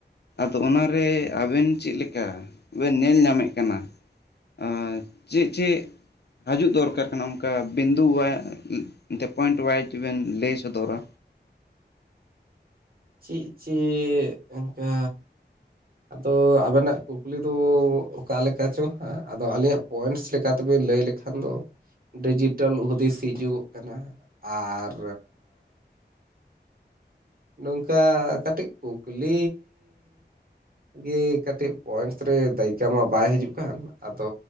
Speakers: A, on the left; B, on the right.
A: ᱟᱫᱚ ᱚᱱᱟᱨᱮ ᱟᱵᱮᱱ ᱪᱮᱫ ᱞᱮᱠᱟ ᱵᱮᱱ ᱧᱮᱞ ᱧᱟᱢᱮᱫ ᱠᱟᱱᱟ? ᱟᱸ, ᱪᱮᱫ ᱪᱮᱫ ᱦᱟᱡᱩᱜ ᱫᱚᱨᱠᱟᱨ ᱠᱟᱱᱟ? ᱚᱱᱠᱟ ᱵᱤᱱᱫᱩᱣᱟᱜ ᱢᱮᱱᱛᱮ ᱯᱚᱭᱮᱱᱴ ᱚᱣᱟᱭᱤᱡ ᱵᱮᱱ ᱞᱟᱹᱭ ᱥᱚᱫᱚᱨᱟ᱾
B: ᱪᱮᱫ ᱪᱮᱫ ᱚᱝᱠᱟ? ᱛᱚ, ᱟᱵᱮᱱᱟᱜ ᱠᱩᱠᱞᱤ ᱫᱚ ᱚᱠᱟ ᱞᱮᱠᱟ ᱪᱚ? ᱦᱮᱸ, ᱟᱫᱚ ᱟᱹᱞᱤᱧᱟᱜ ᱯᱚᱭᱮᱱᱴᱥ ᱞᱮᱠᱟ ᱛᱮᱵᱮᱱ ᱞᱟᱹᱭ ᱞᱮᱠ ᱠᱷᱟᱱ ᱫᱚ ᱰᱤᱡᱤᱴᱮᱞ ᱦᱩᱫᱤᱥ ᱦᱤᱡᱩᱜᱚᱜ ᱠᱟᱱᱟ᱾ ᱟᱨ ᱱᱚᱝᱠᱟ ᱠᱟᱹᱴᱤᱡ ᱠᱩᱠᱞᱤ ᱜᱮ ᱠᱟᱹᱴᱤᱡ ᱯᱚᱭᱮᱱᱴᱥ ᱨᱮ ᱫᱟᱹᱭᱠᱟ ᱢᱟ ᱵᱟᱭ ᱦᱤᱡᱩᱜ ᱠᱟᱱ᱾ ᱟᱫᱚ